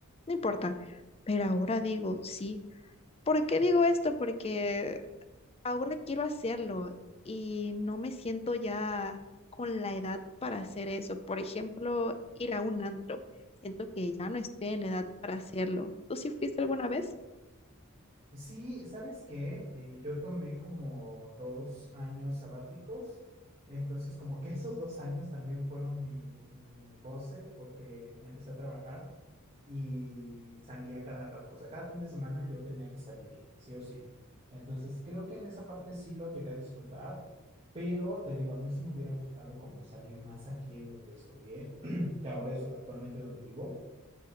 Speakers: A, on the left (about 25°); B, on the right (about 30°).
A: no importa, pero ahora digo, sí. ¿Por qué digo esto? Porque ahora quiero hacerlo y no me siento ya con la edad para hacer eso. Por ejemplo, ir a un antro. Siento que ya no estoy en la edad para hacerlo. ¿Tú sí fuiste alguna vez?
B: Sí, ¿sabes qué? Eh, yo tomé como dos años sabáticos. Entonces, como que esos dos años también fueron mi, mi goce porque empecé a trabajar y salía cada rato. O sea, cada fin de semana yo tenía que salir, sí o sí. Entonces, creo que en esa parte sí lo llegué a disfrutar, pero te digo, a mí sí me hubiera gustado como salir más aquí en donde estudié, <clears throat> que ahora es actualmente donde vivo,